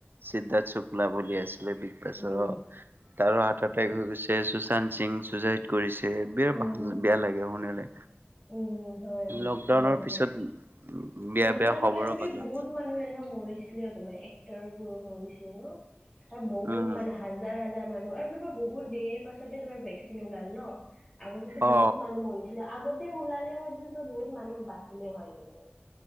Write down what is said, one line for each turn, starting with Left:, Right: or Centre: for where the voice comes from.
Right: সিদ্ধাৰ্থ শুক্লা বুলি আছিলে বিগ বাছৰ,
Left: উম
Right: তাৰ হাততে হৈ গৈছে সুশান্ত সিং চুচাইদ কৰিছে বিৰা
Left: উম
Right: ভাল বেয়া লাগে শুনিলে।
Left: উম হয় সেইটোতো
Right: লকডাউনৰ
Left: হয় তোমাৰ
Right: পিছত বেয়া
Left: লকডাউনৰ
Right: বেয়া খবৰ
Left: টাইমতে
Right: পালো।
Left: বহুত মানুহ এনেকা মৰিছিলে তোমাৰ এক্টৰ বোৰো মৰিছিলে ন আৰু বহুত
Right: উম
Left: মানুহ। হাজাৰ হাজাৰ মানুহ আৰু তোমাৰ বহুত দেৰি পাছতে তোমাৰ ভেকচিন ওলালে ন। আগতেতো
Right: অ
Left: বহুত মানুহ মৰিছিলে আগতে ওলালে হয়তো তোমাৰ বহুত মানুহ বাচিলেই হয় কিন্তু।